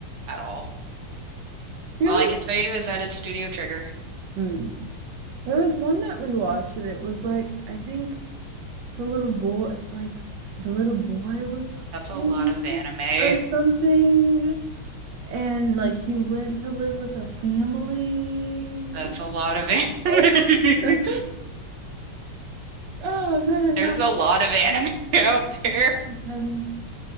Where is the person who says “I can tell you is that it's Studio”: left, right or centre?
Right